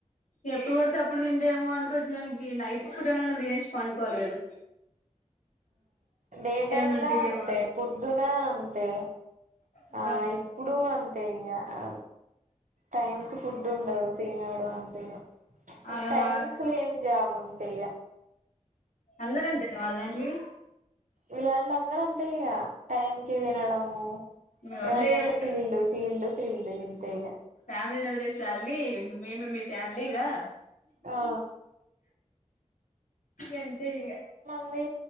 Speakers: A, on the left (about 85°); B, on the right (about 80°).
A: ఎప్పుడు పడితే అప్పుడు తింటేమో అనుకోవచ్చు. దానికి నైట్ ఫుడ్ అనన్నా తినేష్ పండుకోవాలి కదా.
B: డే టైమ్
A: లో అంటే
B: లా అంతే
A: ఏమో
B: పొద్దున అంతే
A: అబ్బా
B: ఆ ఇప్పుడు అంతే ఇంకా ఆ టైంకి ఫుడ్ ఉండదు తిన్నాడు అంతే ఇగ ఉంచ్
A: ఆగం
B: టైమింగ్స్
A: ఆగం
B: లేని జాబ్ అంతే ఇగ
A: అందరూ అంతేనా వాళ్ళ దాంట్లో ఇగ
B: ఈయాల అందరు అంతే ఇక టైం కి తిన్నడము
A: ఇంగ వదిలేయాలి
B: ఏమనంటే
A: ఇగ
B: ఫీల్డ్ ఫీల్డ్ ఫీల్డ్ ఇంతే ఇగ
A: ఫ్యామిలీని వదిలేసి రాలి మేమే మీ ఫ్యామిలీగా
B: ఆ
A: ఇక అంతే ఇ
B: కానీ